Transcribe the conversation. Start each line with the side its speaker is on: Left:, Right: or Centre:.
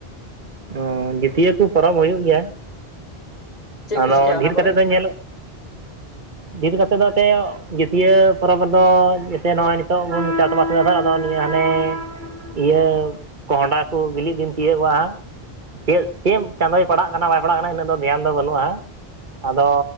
Right: ᱚ ᱡᱤᱛᱤᱭᱟᱹ ᱠᱩ ᱯᱚᱨᱚᱵᱽ ᱦᱩᱭᱩᱜ ᱜᱮᱭᱟ᱾
Left: ᱪᱮᱫ
Right: ᱟᱫᱚ
Left: ᱠᱚ ᱪᱤᱠᱟᱹᱜᱼᱟ
Right: ᱰᱷᱮᱨ
Left: ᱚᱱᱟ ᱠᱚᱨᱮ
Right: ᱠᱟᱛᱮᱜ ᱫᱚ ᱧᱮᱞᱚᱜ <unintelligible> ᱰᱷᱮᱨ ᱠᱟᱛᱮᱫ ᱫᱚ ᱮᱱᱛᱮᱫ ᱡᱟᱹᱛᱭᱟᱹ ᱯᱚᱨᱚᱵᱽ ᱨᱮᱫᱚ ᱡᱮᱛᱮ ᱱᱚᱜᱼᱚᱭ ᱱᱤᱛᱚᱜ ᱵᱚᱱ ᱪᱟᱥ ᱵᱟᱥ ᱮᱫᱟ ᱱᱤᱭᱟᱹ ᱦᱟᱱᱮ ᱤᱭᱟᱹ ᱠᱚᱸᱦᱚᱰᱟ ᱠᱚ ᱵᱤᱞᱤᱜ ᱫᱤᱱ ᱛᱤᱭᱳᱜ ᱜᱚᱼᱟ᱾ ᱪᱮᱫ ᱪᱮᱫ ᱪᱟᱸᱫᱚᱳᱭ ᱯᱟᱲᱟᱜ ᱠᱟᱱᱟ ᱵᱟᱭ ᱯᱟᱲᱟᱜ ᱠᱟᱱᱟ ᱤᱱᱟᱹᱜ ᱫᱚ ᱫᱷᱮᱭᱟᱱ ᱫᱚ ᱵᱟᱹᱱᱩᱜᱼᱟ᱾ ᱟᱫᱚ